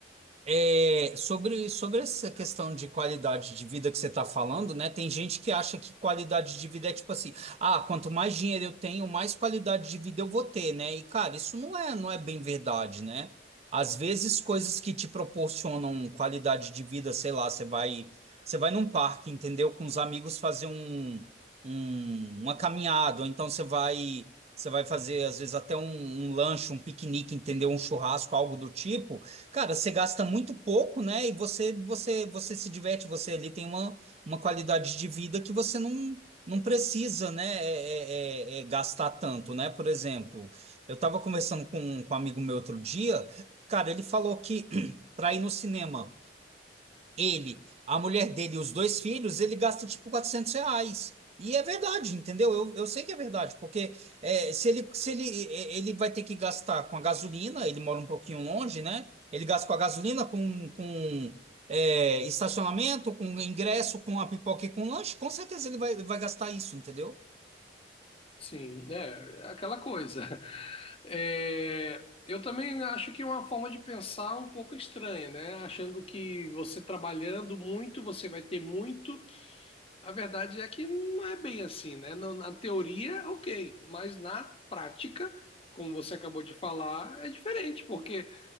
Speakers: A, on the right; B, on the left.
A: É, sobre, sobre essa questão de qualidade de vida que você está falando, né? Tem gente que acha que qualidade de vida é tipo assim, ah, quanto mais dinheiro eu tenho, mais qualidade de vida eu vou ter, né? E, cara, isso não é, não é bem verdade, né? Às vezes, coisas que te proporcionam qualidade de vida, sei lá, você vai, você vai num parque, entendeu? Com os amigos fazer um, um, uma caminhada, ou então você vai, você vai fazer, às vezes, até um, um lanche, um piquenique, entendeu? Um churrasco, algo do tipo. Cara, você gasta muito pouco, né? E você você você se diverte, você ali tem uma, uma qualidade de vida que você não não precisa, né? é- é- é- é gastar tanto, né? Por exemplo, eu estava conversando com, com um amigo meu outro dia, cara, ele falou que <clears throat> para ir no cinema ele, a mulher dele e os dois filhos, ele gasta tipo 400 reais. E é verdade, entendeu? Eu, eu sei que é verdade, porque é, se ele, se ele, é, ele vai ter que gastar com a gasolina, ele mora um pouquinho longe, né? Ele gasta com a gasolina, com, com é, estacionamento, com ingresso, com a pipoca e com lanche, com certeza ele vai, vai gastar isso, entendeu?
B: Sim, é, é aquela coisa. <laughs> É, eu também acho que é uma forma de pensar um pouco estranha, né? Achando que você trabalhando muito, você vai ter muito. A verdade é que não é bem assim, né? Na, na teoria, ok, mas na prática, como você acabou de falar, é diferente, porque